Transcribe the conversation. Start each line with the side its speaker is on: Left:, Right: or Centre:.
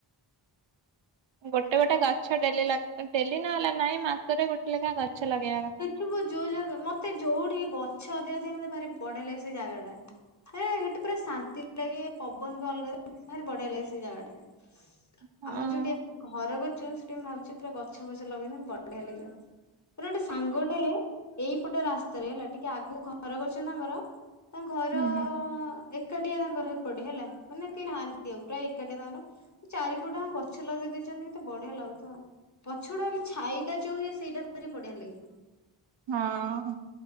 Right: ଗୋଟେ ଗୋଟେ ଗଛ ଡେଲି ଲଗା ଡେଲି ନହେଲା ନାଇଁ ମାସରେ ଗୋଟେ ଲେଖା ଗଛ ଲଗାଇବା କଥା।
Left: ଥିବୁ ଯୋଉ ଜାଗା ମତେ ଯୋଉଠି ଗଛ ଅଧିକ ଥାଏ ମତେ ଭାରି ବଢିଆ ଲାଗେ ସେ ଜାଗା ଟା। ହେ ସେଇଠି ପୁରା ଶାନ୍ତି ଲାଗେ। ପବନ ବି ଅଲଗା ଲାଗେ। ଭାରି ବଢିଆ ଲାଗେ ସେଇ ଜାଗା ଟା।
Right: ହଁ
Left: ଆମର ଯୋଉଟି ଏବ୍ ଘର କରି ଚୁ ସେଠି ମୁଁ ଭାବୁଚି ପୁରା ଗଛ ଫଛ ଲଗେଇନି ବଢିଆ ଲାଗିବ। ମୋର ଗୋଟେ ସାଙ୍ଗଟେ ଏଇପଟ ରାସ୍ତାରେ ହେଲା ଟିକେ ଆଗକୁ ଘର କରଚନ୍ତି ତାଙ୍କର ତାଙ୍କ ଘର
Right: ହୁଁ
Left: ଏ କାଠିଆ ତାଙ୍କର ହେପଟେ ହେଲା ମାନେ କେହି ନାହାନ୍ତି ଆଉ ପ୍ରାୟ ଏକାଠିଆ ତାଙ୍କର ଚାରିପଟ ଜାକ ଗଛ ଲଗେଇ ଦେଇଚନ୍ତି କେତେ ବଢିଆ ଲାଗୁଥିବ। ପଛଆଡୁ ହେଲେ ଛାଇ ଟା ଯୋଉ ହୁଏ ସେଇଟାଭାରି ବଢିଆ ଲାଗେ।
Right: ହଁ।